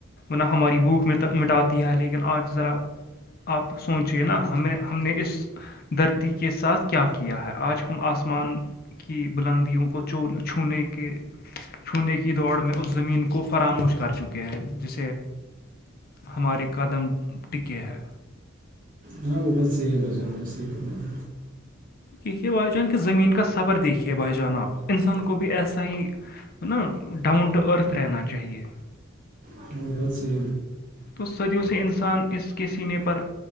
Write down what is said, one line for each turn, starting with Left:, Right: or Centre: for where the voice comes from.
Left: ن ہماری بھوک مٹ مٹاتی ہے لیکن آج ذرا آپ سوچیے نا ہمیں ہم نے اس دھرتی کے ساتھ کیا کیا کیا ہے آج ہم آسمان کی بلندیوں کو چھونے کے چھونے کی دوڑ میں اس زمین کو فراموش کر چکے ہیں جیسے ہمارے قدم ٹکے ہیں
Right: ہاں وہ بات صحیح ہے بس جاناج صحیح پرڑھ ہے
Left: کیھیے بھائی جان کہ زمین کا صبر دیکھیے بھائی جان آپ انسان کو بھی ایسا ہی نا ڈاؤن ٹو ارتھ رہنا چاہیے
Right: اور بہت صیح
Left: تو صدیوں سے انسان اس کے سینے پر